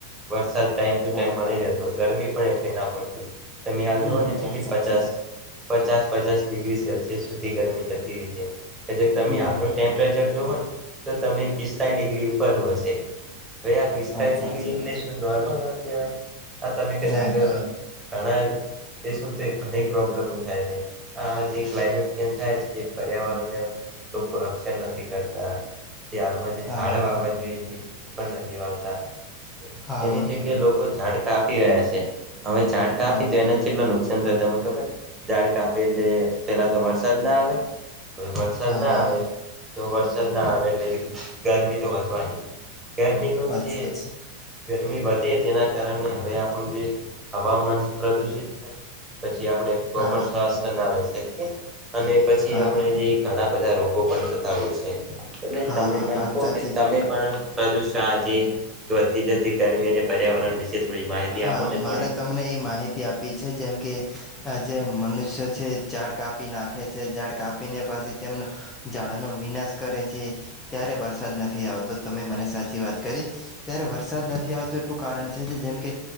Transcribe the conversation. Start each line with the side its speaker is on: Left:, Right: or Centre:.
Right: વરસાદ ટાઈમ ટુ
Left: હા
Right: ટાઈમ મળી રહેતો ગરમી પણ એટલી ના પડતી હતી તમે
Left: હમ
Right: આ જોવાને છે
Left: વાત
Right: કે
Left: સાચી
Right: પચાસ પચાસ પચાસ ડિગ્રી સેલ્સિયસ સુધી ગરમી જતી રહી છે. કે
Left: હમ
Right: તમે હાલનું ટેમ્પરેચર જુવ ને તો તમે પિસ્તાળ ડિગ્રી ઉપરનું હશે. હવે આ પિસ્તાવીસ
Left: વાત
Right: ડિગ્રી
Left: સાચી
Right: એટલે શું આ નોર્મલ વાત કેવાય. ઘણી
Left: ના ના
Right: પ્રોબ્લેમ <unintelligible> થાય છે. હા હજી ક્લાઇમેટ ચેન્જ થાય છે જે પર્યાવરણને લોકો રક્ષણ નથી કરતા જે હાલમાં જે ઝડ
Left: હા હા
Right: બાબત નદી આવતા
Left: હા
Right: એની જગ્યા લોકો ઝાડકા આપી રહ્યા છે. હવે ઝાડકા
Left: હા
Right: આપી દ
Left: હા
Right: એનાથી કેટ નુકસાન થય તમને ખબર દાડ કાપે એટલે પેલા તો વરસાદ ના આવે કો વરસાદ
Left: હા
Right: ના
Left: હા
Right: આવે તો વરસાદ ના આવે એટલે ગરમી તો વધવાની. ગરમીનું
Left: વાત
Right: જે
Left: સાચી
Right: ગરમી વધે તેના કારણે હવે આપણું જે હવામાન પ્રદુષિત થાય પછી આપણે પ્રોપર
Left: હા
Right: સ્વાસ્થ ના લઈ શકીએ અને પછી
Left: હા
Right: આપણે
Left: હા
Right: જે ઘણા બધા રોગો પણ થતા હોય છે એટલે
Left: હા
Right: તમે
Left: હા
Right: મન
Left: વાત
Right: કહ
Left: સાચી
Right: કે તમે
Left: છે.
Right: પણ પ્રદુષણ આજે વધતી જતી ગરમી અને પર્યાવરણ વિશે થોડી માહિતી
Left: હા
Right: આપો ને
Left: મારે
Right: થોડી
Left: તમને એ માહિતી આપી છે જેમ કે આ જે મનુષ્યો છે ઝાડ કાપી નાખે છે ઝાડ કાપી ને પછી તેમનું ઝાડાનો વિનાશ કરે છે ત્યારે વરસાદ નથી આવતો તમે મને સાચી વાત કરી. ત્યારે વરસાદ નથી આવતો એટલું કારણ છે જેમ કે